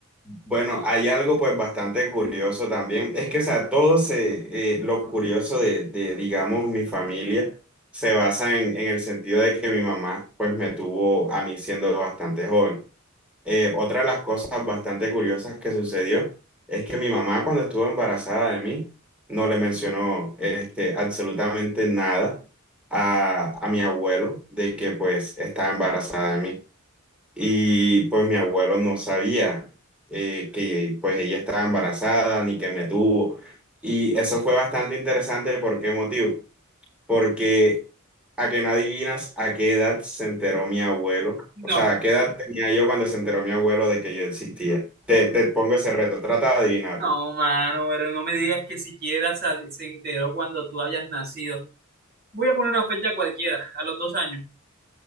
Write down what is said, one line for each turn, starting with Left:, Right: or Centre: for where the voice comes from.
Centre: Bueno, hay algo pues bastante curioso también. Es que, o sea, todo se, eh, lo curioso de, de, digamos, mi familia se basa en, en el sentido de que mi mamá pues me tuvo a mí siendo bastante joven. Eh, otra de las cosas bastante curiosas que sucedió es que mi mamá cuando estuvo embarazada de mí no le mencionó este, absolutamente nada a, a mi abuelo de que pues estaba embarazada de mí. Y pues mi abuelo no sabía eh, que pues ella estaba embarazada ni que me tuvo. Y eso fue bastante interesante. ¿Por qué motivo? Porque a que no adivinas a qué edad se enteró mi abuelo.
Right: No,
Centre: O sea, a qué edad tenía yo cuando se enteró mi abuelo de que yo existía. Te,
Right: no,
Centre: te pongo ese reto, trata de adivinarlo.
Right: no, mano, pero no me digas que siquiera sa- se enteró cuando tú hayas nacido. Voy a poner una fecha cualquiera, a los dos años.